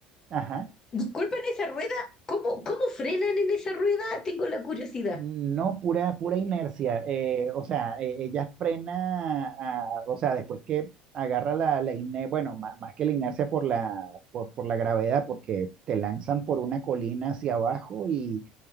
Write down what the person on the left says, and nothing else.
disculpa, en esa rueda, ¿cómo, cómo frenan en esa rueda? Tengo la curiosidad.